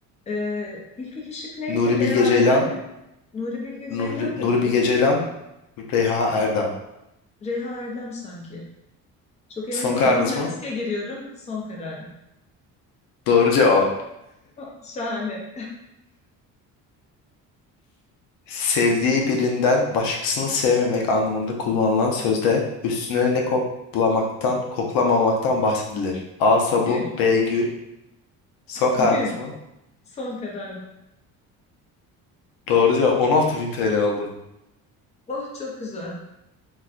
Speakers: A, on the left (about 20°); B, on the left (about 85°).
A: E, ilk iki şık neydi?
B: Nuri
A: Reha
B: Bilge Ceylan
A: Erdem'le. Nuri Bilge Ceylan
B: Nuri,
A: da
B: Nuri
A: değil.
B: Bilge Ceylan Reha Erdem
A: Reha Erdem sanki. Çok emin
B: Son
A: değilim
B: kararınız
A: ama
B: mı?
A: riske giriyorum. Son kararım.
B: Doğru cevap.
A: <laughs> Oh, Şahane.
B: Sevdiği birinden başkasını sevmemek anlamında kullanılan sözde üstüne ne koklamaktan, koklamamaktan bahsedilir. A. Sabun
A: Gül,
B: B. Gül Son kararınız
A: gül.
B: mı?
A: Son kararım.
B: Doğru cevap. 16.000 TL oldu.
A: Oh çok güzel.